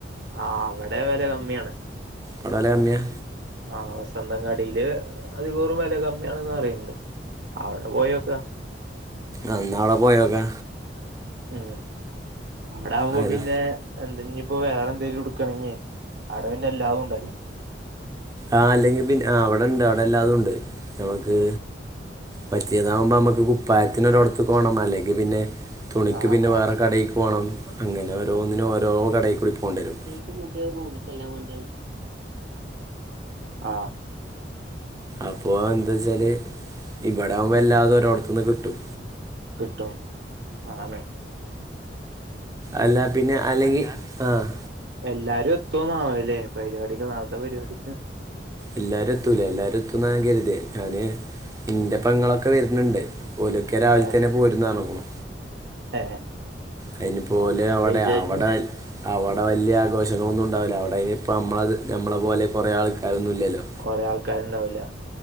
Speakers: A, on the right (about 65°); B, on the right (about 20°).
A: ആഹ് അവിടെ വെല കമ്മിയാണ്
B: അവിടെ വില കമ്മിയാ
A: ആഹ് വസന്ത കടിയില് അധികോറും വില കമ്മിയാണന്ന് പറയണ്ട് അവിടെ പോയോക്ക
B: ആഹ് ന്നാ അവിടെ പോയോക്ക
A: ഉം അവിടെ ആകുമ്പോ
B: അതിൽ
A: പിന്നെ എന്തനിയിപ്പോ വേറെ എന്തെിലും ടുക്കണെങ്കേ അടവിന്നെ എല്ലാ ഉണ്ടല്ലോ
B: ആഹ് അല്ലെങ്കിൽ പിന്നെ അവിടെണ്ട് അവിടെല്ലാതുംണ്ട് നമുക്ക്
A: ഉം
B: പറ്റിയതാകുമ്പോ അമ്മക്ക് കുപ്പായത്തിന് ഒരോടത്ത് പോണം അല്ലെങ്കിൽ പിന്നെ തുണിക്ക്
A: ആ
B: പിന്നെ
A: ആ ആ
B: വേറെ കടയ്ക്ക് പോകണം അങ്ങനെ ഓരോന്നിനും ഓരോ കടയിൽ കൂടി പോകേണ്ടി വരും
A: എനിക്ക് പുതിയ റൂംക്ക്‌ എല്ലാം വേണ്ടിയ ആഹ്
B: അപ്പൊ എന്താ വച്ചാല് ഇവിടെ ആവുമ്പോ വല്ലാതെ
A: ഉം
B: ഒരോവിടത്തന്ന് കിട്ടും
A: കിട്ടും അതാണ്
B: അല്ല പിന്നെ അല്ലെങ്കിൽ ആഹ്
A: എല്ലാരും എത്തന്നുവല്ലേ പരിപാടിക്ക് നാളത്തെ പരിപാടിക്ക്
B: എല്ലാരും എത്തൂല എല്ലാരും എത്തന്നാ ഞാൻ കരുതേ ഞാന് ഇന്റെ പങ്ങളൊക്കെ വരുന്നുണ്ട് ഓലക്കെ രാവിലെ
A: ഏ
B: തന്നെ പോയിരുന്ന <unintelligible>
A: ഏ
B: അതിനി പോലെ
A: പിന്നെന്താ
B: അവിടെ
A: വിചാരിച്ച്
B: അവിടെ അവിടെ വലിയ ആഘോഷങ്ങളൊന്നും ഉണ്ടാവില്ല അവിടെ അതിനി ഇപ്പൾ നമ്മളത് നമ്മളെ പോലെ കുറെ ആൾക്കാരൊന്നും ഇല്ലല്ലോ
A: കൊറെ ആൾക്കാരുണ്ടാവില്ല